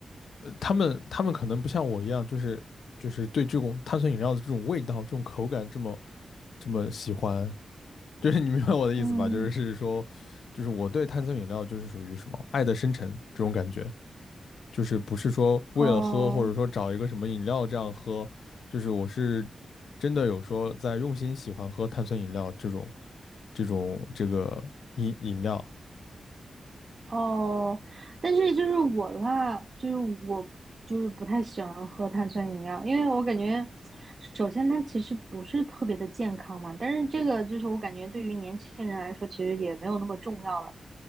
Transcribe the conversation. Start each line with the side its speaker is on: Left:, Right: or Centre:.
Left: 呃，他们他们可能不像我一样，就是就是对这种碳酸饮料的这种味道、这种口感这么这么喜欢，就是你明白我的意思吧？
Right: 嗯，
Left: 就是是说，就是我对碳酸饮料就是属于什么爱的深沉这种感觉。就是不是说为了喝，
Right: 哦
Left: 或者说找一个什么饮料这样喝，就是我是真的有说在用心喜欢喝碳酸饮料这种这种这个饮饮料。
Right: 哦，但是就是我的话，就是我就是不太喜欢喝碳酸饮料，因为我感觉，首先它其实不是特别的健康嘛，但是这个就是我感觉对于年轻人来说，其实也没有那么重要了。